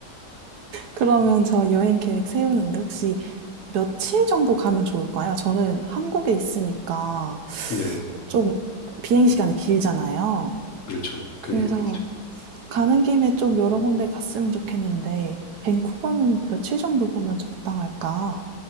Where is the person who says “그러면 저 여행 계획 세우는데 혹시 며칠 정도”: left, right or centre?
Right